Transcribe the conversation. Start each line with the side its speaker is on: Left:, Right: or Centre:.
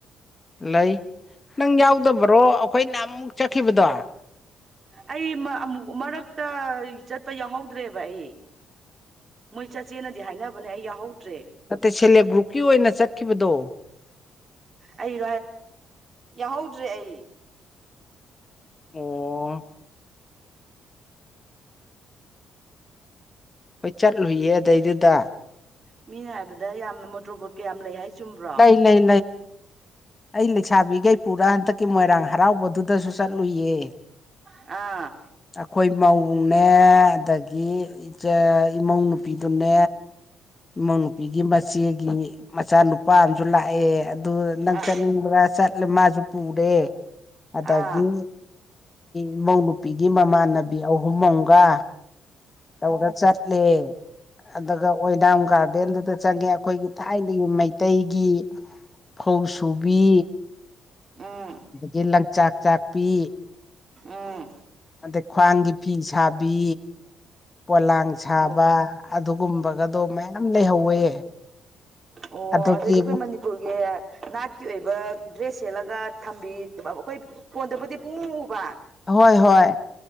Left: ꯂꯩ ꯅꯪ ꯌꯥꯎꯗꯕ꯭ꯔꯣ ꯑꯩꯈꯣꯏ ꯅꯍꯥꯟꯃꯨꯛ ꯆꯠꯈꯤꯕꯗꯣ
Right: ꯑꯩ ꯑꯃꯨꯛ ꯃꯔꯛꯇ ꯆꯠꯄ ꯌꯥꯎꯍꯧꯗ꯭ꯔꯦꯕ ꯑꯩ ꯃꯣꯏ ꯆꯠꯆꯦꯅꯗꯤ ꯍꯥꯏꯅꯕꯅꯦ ꯑꯩ ꯌꯥꯎꯍꯧꯗ꯭ꯔꯦ
Left: ꯅꯠꯇꯦ ꯁꯦꯜꯐ ꯍꯦꯜꯞ ꯒ꯭ꯔꯨꯞꯀꯤ ꯑꯣꯏꯅ ꯆꯠꯈꯤꯕꯗꯣ
Right: ꯑꯩ ꯌꯥꯎꯍꯧꯗ꯭ꯔꯦ ꯑꯩ
Left: ꯑꯣ ꯍꯣꯏ ꯆꯠꯂꯨꯏꯌꯦ ꯑꯗꯩꯗꯨꯗ
Right: ꯃꯤꯅ ꯍꯥꯏꯕꯗ ꯌꯥꯝꯅ ꯃꯣꯇꯣꯔꯕꯣꯠ ꯀꯌꯥꯝ ꯂꯩ ꯍꯥꯏ ꯆꯨꯝꯕ꯭ꯔꯣ
Left: ꯂꯩ ꯂꯩ ꯑꯩ ꯂꯩꯁꯥꯕꯤꯈꯩ ꯄꯨꯔꯒ ꯍꯟꯗꯛꯀꯤ ꯃꯣꯏꯔꯥꯡ ꯍꯔꯥꯎꯕꯗꯨꯗ ꯗꯁꯨ ꯆꯠꯂꯨꯏꯌꯦ
Right: ꯑꯥ
Left: ꯑꯩꯈꯣꯏ ꯃꯧꯡꯅꯦ ꯑꯗꯒꯤ ꯏꯆꯦ ꯏꯃꯧ ꯅꯨꯄꯤꯗꯨꯅꯦ ꯏꯃꯨꯡ ꯅꯨꯨꯄꯤꯒꯤ ꯃꯆꯦꯒꯤ ꯃꯆꯥꯅꯨꯄꯥ ꯑꯃꯁꯨ ꯂꯥꯛꯑꯦ ꯑꯗꯨ ꯅꯪ
Right: ꯑꯥ
Left: ꯆꯠꯅꯤꯡꯕ꯭ꯔꯥ ꯆꯠꯂꯦ ꯃꯥꯁꯨ ꯄꯨꯔꯦ ꯑꯗꯒꯤ
Right: ꯑꯥ
Left: ꯏꯃꯧ ꯅꯨꯨꯄꯤꯒꯤ ꯃꯃꯥꯟꯅꯕꯤ ꯑꯍꯨꯝ ꯑꯃꯒ ꯇꯧꯔ ꯆꯠꯂꯦ ꯑꯗꯨꯒ ꯑꯣꯏꯗꯥꯝ ꯒꯥꯔꯗꯦꯟꯗꯨꯗ ꯆꯠꯂꯦ ꯑꯩꯈꯣꯏꯒꯤ ꯊꯥꯏꯅꯒꯤ ꯃꯩꯇꯩꯒꯤ ꯐꯧꯁꯨꯨꯕꯤ
Right: ꯎꯝ
Left: ꯑꯗꯒꯤ ꯂꯪꯆꯥꯛ ꯆꯥꯛꯄꯤ
Right: ꯎꯝ
Left: ꯑꯗꯩ ꯈ꯭ꯋꯥꯡꯒꯤ ꯐꯤ ꯁꯥꯕꯤ ꯄꯣꯂꯥꯡ ꯁꯥꯕ
Right: ꯑꯣ
Left: ꯑꯗꯨꯒꯨꯝꯕꯒꯗꯣ ꯃꯌꯥꯝ ꯂꯩꯍꯧꯋꯦ
Right: ꯑꯣ
Left: ꯑꯗꯨꯒꯤ
Right: ꯑꯗꯨꯗꯤꯈꯣꯏ ꯃꯅꯤꯄꯨꯔ ꯅꯥꯠꯀꯤ ꯑꯣꯏꯕ ꯗ꯭ꯔꯦꯁ ꯁꯦꯠꯂꯒ ꯊꯝꯕꯤ ꯑꯩꯈꯣꯏ ꯐꯣꯟꯗꯕꯨꯗꯤ ꯄꯡꯎ ꯎꯕ
Left: ꯍꯣꯏ ꯍꯣꯏ